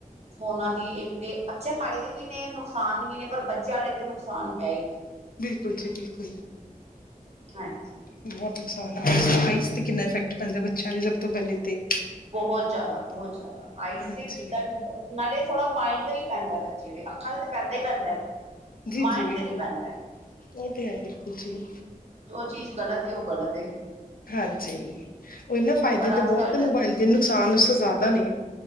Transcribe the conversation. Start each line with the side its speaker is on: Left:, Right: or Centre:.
Right: ਉਹਨਾਂ ਦੀ ਇੱਕ ਤੇ ਅੱਛੇ ਫਾਇਦੇ ਵੀ ਨੇ ਨੁਕਸਾਨ ਵੀ ਨੇ ਪਰ ਬੱਚਿਆਂ ਲਈ ਤਾਂ ਨੁਕਸਾਨ ਹੈ ਹੀ
Left: ਬਿਲਕੁਲ ਜੀ ਬਿਲਕੁਲ
Right: ਹਾਜੀ
Left: ਬਹੁਤ ਨੁਕਸਾਨ ਆ ਤੇ ਕਿੰਨਾ ਇਫੈਕਟ ਪੈਂਦਾ ਬੱਚਿਆਂ ਸਭ ਤੋਂ ਪਹਿਲੇ ਤੇ
Right: ਬਹੁਤ ਜ਼ਿਆਦਾ ਬਹੁਤ ਜ਼ਿਆਦਾ ਆਈਸ
Left: ਹਾਂਜੀ
Right: ਤੇ ਸਿੱਧ ਡਿਟ ਨਾਲੇ ਥੋੜਾ ਮਾਇੰਡ ਤੇ ਵੀ ਪੈਂਦਾ ਜਿਦੇ ਅੱਖਾਂ ਤੇ ਤੇ ਪੈਂਦਾ ਹੀ ਪੈਂਦਾ ਹੈ
Left: ਜੀ ਜੀ
Right: ਮਾਇਡ
Left: ਬਿਲਕੁਲ
Right: ਤੇ ਵੀ ਪੈਂਦਾ ਹੈ
Left: ਉਹ ਤੇ ਹੈ ਬਿਲਕੁਲ ਜੀ
Right: ਜੋ ਚੀਜ਼ ਗ਼ਲਤ ਹੈ ਉਹ ਗ਼ਲਤ ਹੈ।
Left: ਹਾਂਜੀ ਉਹ ਨਾ ਫਾਇਦੇ
Right: ਪਰ
Left: ਤੇ
Right: ਅੱਜ
Left: ਬਹੁਤ
Right: ਕੱਲ੍ਹ
Left: ਹੈ ਮੋਬਾਇਲ ਦੇ ਨੁਕਸਾਨ ਉਸ ਜ਼ਿਆਦਾ ਨੇਂ